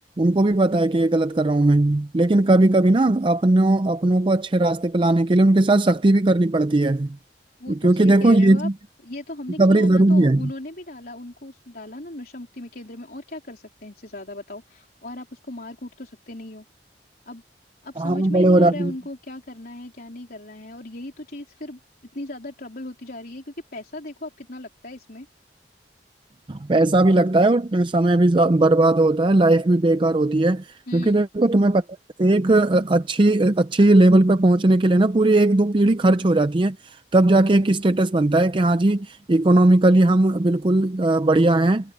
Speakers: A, on the right; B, on the left.
A: उनको भी पता है कि ये गलत कर रहा हूं मैं लेकिन कभी कभी ना अपनों अपनों को अच्छे रास्ते पे लाने के लिए उनके साथ सख्ती भी करनी पड़ती है
B: वो तो
A: क्योंकि
B: सही
A: देखो
B: कह रहे
A: ये
B: हो आप ये तो
A: रिकवरी
B: हमने किया ना
A: जरूरी
B: तो
A: है
B: उन्होंने भी डाला उनको उस- डाला ना नशा मुक्ति में केंद्र में और क्या कर सकते हैं इससे ज्यादा बताओ और आप उसको मार कूट तो सकते नहीं हो अब अब समझ
A: हम
B: में
A: बड़े
B: ही नहीं
A: हो
B: आ
A: जाते
B: रहा है
A: हैं
B: उनको क्या करना है क्या नहीं करना है और यही तो चीज फिर इतनी ज्यादा ट्रबल होती जा रही है क्योंकि पैसा देखो आप कितना लगता है इसमें
A: पैसा भी लगता है और समय भी जा- बर्बाद होता है लाइफ भी बेकार होती है
B: हम्म
A: क्योंकि देखो तुम्हें पता है एक अ, अच्छी अच्छी लेवल पर पहुंचने के लिए ना पूरी एक दो पीढ़ी खर्च हो जाती है तब जाके एक स्टेटस बनता है कि हाँ जी इकोनॉमिकली हम बिल्कुल अ, बढ़िया हैं